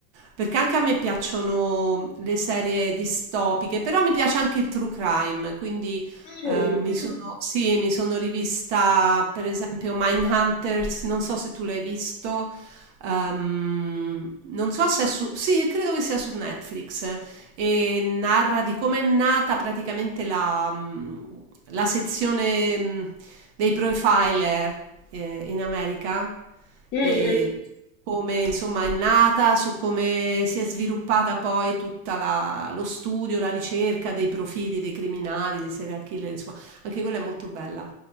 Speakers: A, on the right; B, on the left.
A: perché anche a me piacciono le serie distopiche, però mi piace anche il true crime, quindi
B: Mm,
A: eh, mi Mm. sono, sì, mi sono rivista per esempio Mindhunters, non so se tu l'hai visto, ehm, non so se è su, sì, credo che sia su Netflix e narra di come è nata praticamente la, mh, la sezione mh, dei profiler eh, in America
B: mm,
A: e
B: mm.
A: come insomma è nata, su come si è sviluppata poi tutta la- lo studio, la ricerca dei profili dei criminali, dei serial killer, insomma, anche quella è molto bella.